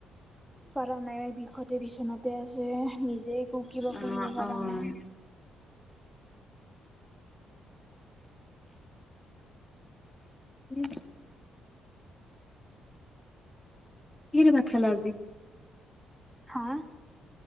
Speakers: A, in the centre; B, on the left.
A: কৰা নাই বিষতে বিচনাতে আছে নিজ। যে ক কিবা
B: অ',
A: পঢ়িব পাৰা
B: অ',
A: নাই।
B: উম। কিহে দি ভাত খালা আজি?
A: হয়।